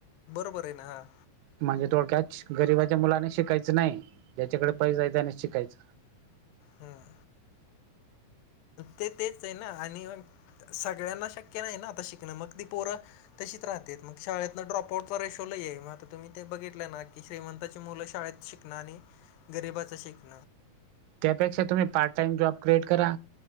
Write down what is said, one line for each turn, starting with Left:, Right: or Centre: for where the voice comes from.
Left: बर ना ह.
Right: म्हणजे थोडक्याच गरिबाच्या मुलाने शिकायचं नाही, ज्याच्याकडे पैसा आहे त्याने शिकायच.
Left: हम्म. ते तेच आहे ना आणि मग सगळ्यांना शक्य नाही नाही ना आता शिकणं मग ती पोरं तशी राहते मग शळेत ना ड्रॉप आउट रेशोला आहे, मग आता तुम्ही ते बघितलं ना की श्रीमंताची मुलं शाळेत शिक शिकणं आणि गरिबाचं शिकणं.
Right: त्यापेक्षा तुम्ही पार्ट टाइमॉब क्रिए करा,